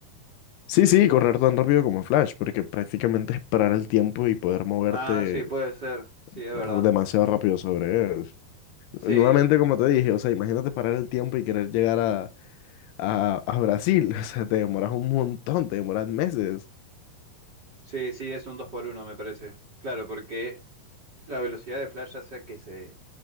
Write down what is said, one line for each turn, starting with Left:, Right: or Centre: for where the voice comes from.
Left: sí, sí, correr tan rápido como Flash, porque prácticamente es parar el tiempo y poder moverte
Right: Ah, sí, puede ser. Sí, es verdad.
Left: r- demasiado rápido sobre él.
Right: Sí,
Left: Nuevamente, como te dije, o sea, imagínate parar el tiempo y querer llegar a a, a Brasil. <laughs> O sea, te demoras un montón, te demoras meses.
Right: sí, sí, es un 2 por uno me parece. Claro, porque la velocidad de Flash hace que se,